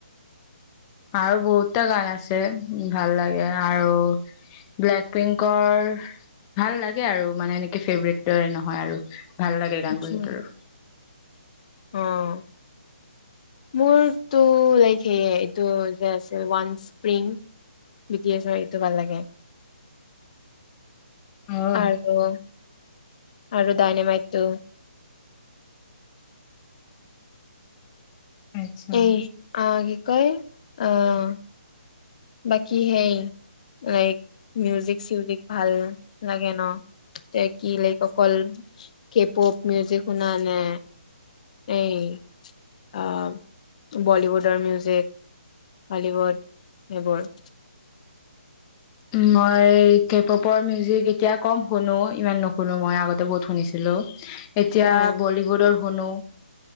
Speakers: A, on the left; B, on the left.
A: আৰু বহুতটা গান আছে, ভাল লাগে আৰু ব্লেক পিংকৰ ভাল লাগে আৰু মানে এনেকে ফেভৰেট নহয় আৰু। ভাল লাগে গান
B: আচ্ছা।
A: বোৰ ইহঁতৰো
B: অ', মোৰ টো লাইক সেয়াই এইটো যে, আছিল ওৱান স্প্ৰিং বি টি এচৰ এইটো ভাল লাগে।
A: অ',
B: আৰু আৰু ডইনেমাইটো <unintelligible>
A: আচ্ছা।
B: <unintelligible> অ' বাকী সেই লাইক মিউজিক চিউজিক ভাল লাগে ন? কি লাইক অকল কেপপ মিউজিক শুনা নে? এই আ, বলীউডৰ মিউজিক, হলিউড এইবোৰ।
A: মই কেপ অপৰ মিউজিক এতিয়া কম শুনো, ইমান নুশুনো মই আগতে বহুত শুনিছিলো। এতিয়া
B: উম
A: বলীউডৰ শুনো।